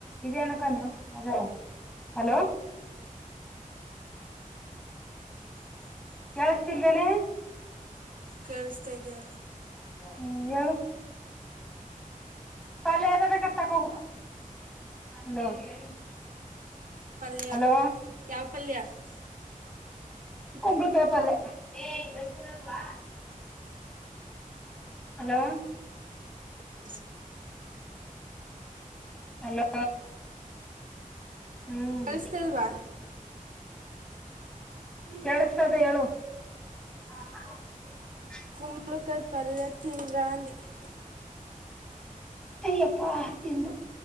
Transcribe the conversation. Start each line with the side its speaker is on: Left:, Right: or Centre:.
Centre: ಇದೇನಕ್ಕ ಅನ್ನು ನಜಾರ hello <unintelligible>
Right: hello. <unintelligible> <unintelligible>
Centre: ಕೇಳುಸ್ತಿಲ್ವೇನೆ
Right: ಕೇಳಿಸ್ತಾ ಇದೆಯ
Centre: ಹೂ ಹೇಳು. <unintelligible> ಪಲ್ಲೆ ಏನರ ಬೇಕಾರೆ ತಗೋ ಹೋಗು ಹಲೋ. <inaudible> <unintelligible>
Right: ಪಲ್ಯ
Centre: ಹಲೋ
Right: ಯಾವ್ ಪಲ್ಯ. <unintelligible>
Centre: ಕುಂಬಳಕಾಯಿ ಪಲ್ಯ. <inaudible> ಹಲೋ. <unintelligible>
Right: <inaudible> <unintelligible>
Centre: ಹಲೋ ಹ್ಮ್
Right: ಕೇಳಸತ್ತಿಲ್ವ. <unintelligible>
Centre: ಕೇಳಸ್ತದೆ ಹೇಳು. <unintelligible>
Right: ಕುಂಬಳಕಾಯಿ ಪಲ್ಯ ತಿಂದರಾ ಅಂದಿ. <unintelligible>
Centre: ಅಯ್ಯಪ್ಪಾ ನಿಂದು. <unintelligible>